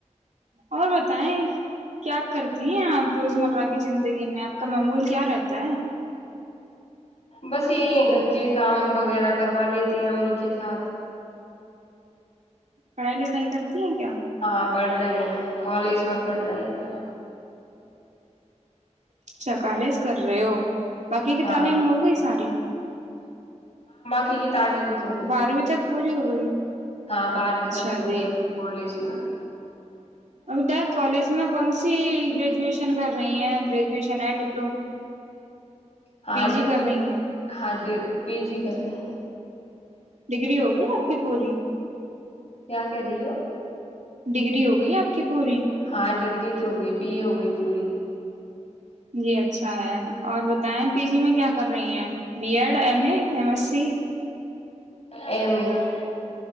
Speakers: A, on the right (about 80°); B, on the left (about 60°).
A: اور بتائ کیا کرتی ہیں آپ روزمرہ کی زندگی میں آپ کا معمول کیا رہتا ہے
B: بس یہی ہے گھر کے کام وغیرہ کروا لیتے ہیں امی کے ساتھ
A: پڑھائی لکھائی کرتی ہیں کیا
B: ہاں پڑھ رہی ہیں کالج میں پڑ رہے ہیں
A: اچھا کالز کر رہے ہو باقی کی
B: ہاں
A: تعلیم ہو گئی ساری
B: کہ <unintelligible> تعلیم تو ہو گئی
A: بارہویں تک پوری ہو گئی
B: ہاں بارہویں
A: اچھا
B: تک تو ہو
A: جی
B: گئی ابھی تو کالج میں
A: ابھی ت کالج میں کون سی گریجویشن کر رہی ہیں گریجوشن ج <unintelligible>
B: ہاں ڈگری
A: جی کر رہی ہیں
B: ہاں ڈ پی جی کرتے ہیں
A: ڈگری ہو گیا آپ کی پوری
B: کر رہیو
A: ڈگری ہو گئی آپ کی پوری
B: ہاں ڈگری ہوگئی بی ہو گئی پوری
A: جی اچھا ہے اور بتائیں پی جی میں کیا کر رہی ہیں B Ed M A M S C
B: ایمی ای